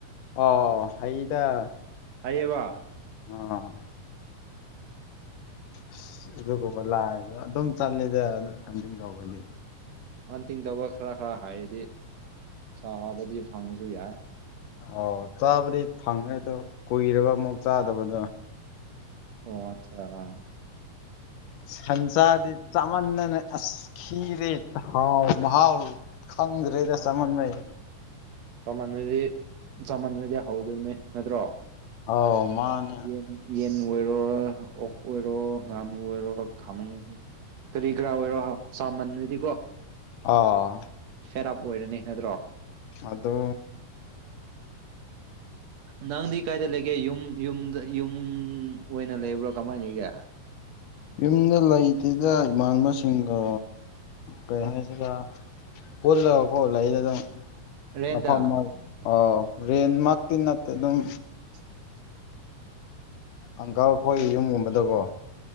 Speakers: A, on the left (about 80°); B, on the right (about 65°).
A: ꯑꯣ ꯐꯩꯗ
B: ꯐꯩꯌꯦꯕ
A: ꯑꯥ ꯑꯁ ꯑꯗꯨꯒꯨꯝꯕ ꯂꯥꯛꯑꯖꯨ ꯑꯗꯨꯝ ꯆꯠꯂꯤꯗ ꯍꯟꯇꯤꯟ ꯇꯧꯕꯗꯤ
B: ꯍꯟꯇꯤꯡ ꯇꯧꯕ ꯈꯔ ꯈꯔ ꯍꯩꯔꯗꯤ ꯆꯥꯕꯗꯤ ꯐꯪꯕꯁꯨ ꯌꯥꯏ
A: ꯑꫭ ꯆꯥꯕꯗꯤ ꯐꯪꯉꯦ ꯑꯗꫭ ꯀꯨꯏꯔꯕ ꯑꯃꯨꯛ ꯆꯥꯗꯕꯗꫭ
B: ꯑꯣ ꯑꯠꯆꯥ
A: ꯁꯟꯁꯥꯗꯤ ꯆꯥꯃꯟꯗꯅ ꯑꯁ ꯈꯤꯔꯦ ꯍꯥꯎ ꯃꯍꯥꯎ ꯈꯪꯗꯔꯦꯗ ꯆꯃꯟꯕꯩ
B: ꯃꯃꯟꯗꯨꯗꯤ ꯆꯃꯟꯗꯔꯗꯤ ꯍꯧꯗꯕꯅꯤ ꯅꯠꯇ꯭ꯔꯣ
A: ꯑꯥꯎ ꯃꯥꯥ
B: ꯌꯦꯟ ꯌꯦꯟ ꯑꯣꯏꯔꯣ ꯑꯣꯛ ꯑꯣꯏꯔꯣ ꯉꯥꯅꯨ ꯑꯣꯏꯔꯣ ꯈꯥꯃꯦꯟ ꯀꯔꯤ ꯀꯔꯥ ꯑꯣꯏꯔꯣ ꯆꯃꯟꯗꯔꯗꯤ ꯀꯣ
A: ꯑꯥ
B: ꯁꯦꯠ ꯑꯞ ꯑꯣꯏꯔꯅꯤ ꯅꯠꯇ꯭ꯔꯣ
A: ꯑꯗꯣ
B: ꯅꯪꯗꯤ ꯀꯥꯏꯗ ꯂꯩꯒꯦ ꯌꯨꯝ ꯌꯨꯝꯗ ꯌꯨꯝ ꯑꯣꯏꯅ ꯂꯩꯕ꯭ꯔꯣ ꯀꯃꯥꯏ ꯂꯩꯒꯦ
A: ꯌꯨꯝꯗ ꯂꯩꯇꯦꯗ ꯏꯃꯥꯟꯅꯕꯁꯤꯡꯒ ꯀꯩ ꯍꯥꯏꯁꯤꯒ ꯄꯨꯜꯂꯒꯀꯣ ꯂꯩꯔꯦ ꯑꯗꯨꯝ
B: ꯔꯦꯟꯗ
A: ꯃꯐꯝ ꯃ ꯔꯦꯟꯃꯛꯇꯤ ꯅꯠꯇꯦ ꯑꯗꯨꯝ
B: <inaudible>
A: ꯑꯪꯀꯜ ꯈꯣꯏ ꯌꯨꯝꯒꯨꯝꯕꯗꯀꯣ